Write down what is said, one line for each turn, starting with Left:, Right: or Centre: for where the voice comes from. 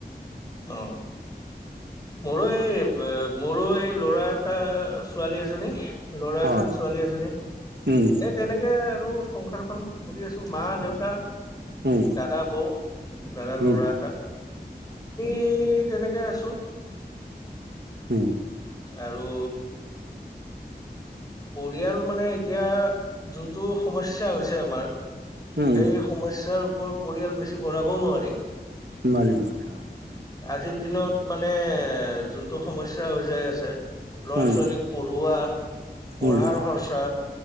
Left: অ মোৰো, এই মোৰো এই ল'ৰা এটা ছোৱালী এজনী, ল'ৰা এজন,
Right: অ
Left: ছোৱালী এজনী।
Right: উম
Left: এ তেনেকে আৰু সংসাৰখন কৰি আছোঁ। মা-দেউতা।
Right: উম
Left: দাদা, বৌ। দাদাৰ ল'ৰা
Right: উম
Left: এটা। সেই তেনেকে আছো।
Right: উম।
Left: আৰু পৰিয়াল মানে এতিয়া যোনটো সমস্যা হৈছে আমাৰ।
Right: উম
Left: এই সমস্যাৰ ওপৰত পৰিয়াল বেছি বঢ়াবও নোৱাৰি।
Right: নোৱাৰি, নোৱাৰি অ।
Left: আজিৰ দিনত মানে যোনটো সমস্যা হৈ যাই আছে ল'ৰা-ছোৱালীক
Right: উম
Left: পঢ়োৱা, পঢ়াৰ
Right: উম
Left: খৰচা